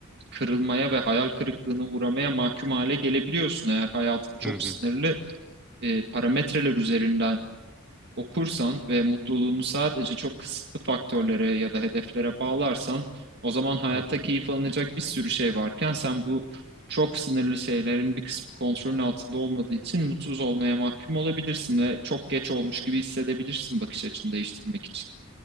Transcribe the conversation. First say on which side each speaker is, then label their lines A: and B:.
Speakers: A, on the right (about 55°); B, in the centre.
A: kırılmaya ve hayal kırıklığına uğramaya mahkum hale gelebiliyorsun. Eğer hayatın çok
B: Hı hı.
A: sınırlı e, parametreler üzerinden okursan ve mutluluğunu sadece çok kısıtlı faktörlere ya da hedeflere bağlarsan o zaman hayatta
B: hı hı.
A: keyif alınacak bir sürü şey varken sen bu çok sınırlı şeylerin bir kısmı kontrolün altında olmadığı için mutsuz olmaya mahkum olabilirsin ve çok geç olmuş gibi hissedebilirsin bakış açını değiştirmek için.